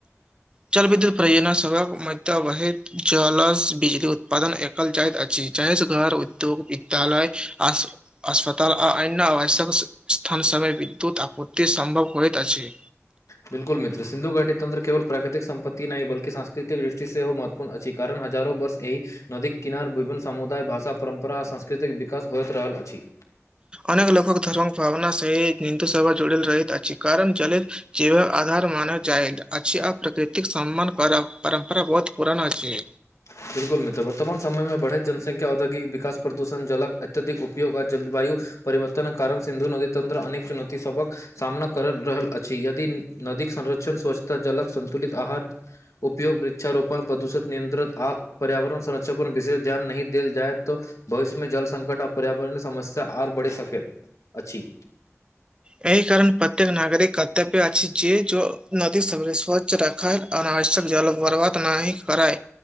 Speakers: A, on the right (about 20°); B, on the left (about 80°).
A: जल विद्युत परियोजना सभक मध्यावहैत जलस बिजली उत्पादन जाइत अछि जाहिसँ घर उद्योग विद्यालय आस अस्पताल आ अन्य आवश्यक स्थान सभमे विद्युत आपत्ति सम्भव होइत अछि
B: बिल्कुल मित्र सिन्धु घाटी तंत्र केवल प्राकृिक संपतति नहि बल्कि सांस्कृतिक दृष्टि से हो महत्व अपन अछि कारण हजारो वर्ष एहि नदीके किनार विभिन्न सामुदाय भाषा परम्परा आ सांस्कृतिक विकास होइत रहल अछि
A: अनेक लोक धर्मक भावना सहि हिन्दू सभा जोड़ल रहहि कारण जल जीव आधार मानल जाय अछि आर प्रकृतिक सम्मान करब परम्परा बहुत पुरान अछि
B: बिल्कुल मित्र वर्तमान समयमे बढ़ैत जनसंख्या औद्योगिक विकास प्रदूषण जलक अत्यधिक उपयोग आ जलवायु परिवर्तन कारण सिन्धु नदी तंत्र अनेक चुनौती सबक सामना करि रहल अछि यदि नदीक संरक्षण स्वच्छता जलक संन्तुलित आहार उपयोग वृक्षारोपण प्रदूषित नियन्त्रित आ पर्यावरण संरक्षण पर विशेष ध्यान नहि देल जाय तऽ भविष्यमे जल संकट आ पर्यावरणय समस्या आओर बढ़ि सकैत अछि
A: एहि कारण प्रत्येक नागरिक कर्तव्य अछि छै जे जो नदी सरेश्व रखए अनावश्यक जल बर्बाद नाहि करए